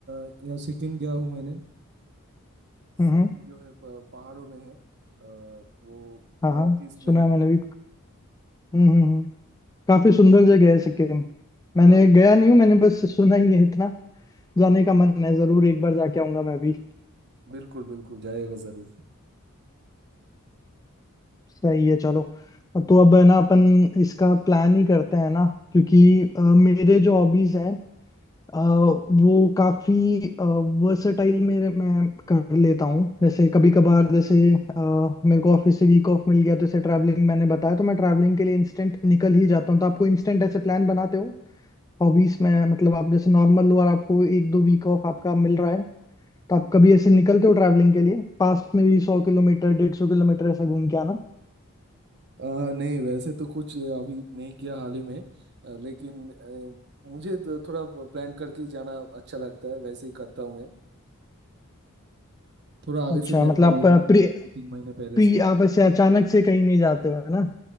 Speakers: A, on the right; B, on the left.
A: अ, यहाँ सिक्किम गया हूँ मैंने
B: हम्म
A: सिक्किम
B: हम्म।
A: जो है प- पहाड़ों में है अ, वो
B: हाँ हाँ
A: नॉर्थ ईस्ट में
B: सुना
A: है
B: है मैंने भी हम्म हम्म हम्म। काफी सुंदर जगह है सिक्किम
A: हाँ
B: मैंने
A: हाँ
B: गया नहीं हूँ मैंने बस सुना ही है इतना जाने का मन है जरूर एक बार जाके आऊंगा मैं भी
A: बिल्कुल बिल्कुल जाएगा जरूर
B: सही है चलो तो अब है ना अपन इसका प्लान ही करते हैं ना क्योंकि अ, मेरे जो हॉबीज हैं अ, वो काफी वर्सेटाइल मेरे मैं कर लेता हूँ जैसे कभी कभार जैसे अ, मेरे को ऑफिस से वीक ऑफ मिल गया तो जैसे ट्रैवलिंग मैंने बताया तो मैं ट्रैवलिंग के लिए इंस्टेंट निकल ही जाता हूँ तो आपको इंस्टेंट ऐसे प्लान बनाते हो हॉबीज में है, मतलब आप जैसे नॉर्मल और आपको एक दो वीक ऑफ आपका मिल रहा है तो आप कभी ऐसे निकलते हो ट्रैवलिंग के लिए पास में भी सौ किलोमीटर डेढ़ सौ किलोमीटर ऐसा घूम के आना
A: अ, नहीं वैसे तो कुछ अभी नहीं किया हाल ही में अ, लेकिन अ, मुझे तो थोड़ा प्लान करके ही जाना अच्छा लगता है वैसे ही करता हूँ मैं थोड़ा आगे
B: अच्छा
A: से प्लान
B: मतलब
A: कर
B: आप
A: लेता
B: अ,
A: हूँ
B: प्री
A: दो तीन महीने पहले
B: प्री
A: से
B: आप ऐसे अचानक से कहीं नहीं जाते हो है ना